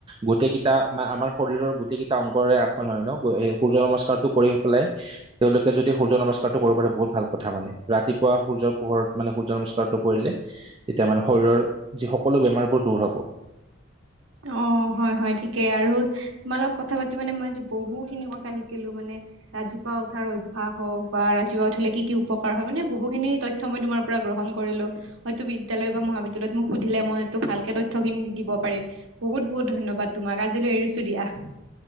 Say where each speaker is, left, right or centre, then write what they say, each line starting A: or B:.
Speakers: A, on the right; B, on the right.
A: গোটেইকেইটা ম আমাৰ শৰীৰৰ গোটেই অংগৰে আক হয় নৈ ন এই সূৰ্য্য নমস্কাৰ টো কৰি পেলাই তেওঁলোকে যদি সূৰ্য নমস্কাৰ টো কৰিব পাৰে বহুত ভাল কথা মানে ৰাতিপুৱা সূৰ্যৰ পোহৰত মানে সূৰ্য নমস্কাৰটো কৰিলে, এতিয়া মানে শৰীৰৰ যি সকলো বেমাৰবোৰ দূৰ হ'ব।
B: হোহ অ' হয়, হয় ঠিকেই আৰু তোমাৰ লগত কথা পাতি মানে মই আজি বহু খিনি কথা শিকিলোঁ মানে ৰাতিপুৱা উঠাৰ অভ্যাস হওঁক বা ৰাতিপুৱা উঠিলে কি কি উপকাৰ হয়। মানে বহুখিনি তথ্য মই তোমাৰ পৰা গ্ৰহণ কৰিলো, হয়তো বিদ্যালয় বা মহাবিদ্যালয় মোক সুধিলে মই হয়তো ভালকে তথ্য খিনি দিব -- পাৰিম, বহুত বহুত ধন্যবাদ তোমাক আজিলৈ এৰিছো দিয়া,